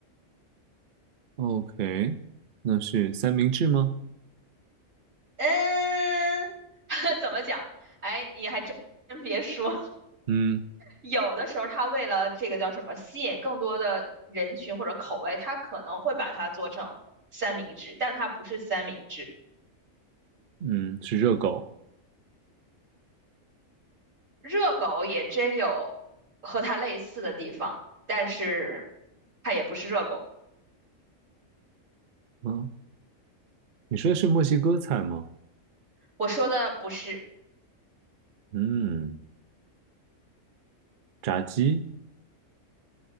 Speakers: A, on the right; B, on the right.
A: ，OK，那是三明治吗？
B: 嗯，<laughs> 怎么讲？哎，你还真真别说，
A: 嗯
B: 有的时候他为了这个叫什么，吸引更多的人群或者口味，他可能会把它做成三明治，但它不是三明治。
A: 嗯，是热狗。
B: 热狗也真有和它类似的地方，但是它也不是热狗。
A: 嗯，你说的是墨西哥菜吗？
B: 我说的不是，
A: 嗯，炸鸡，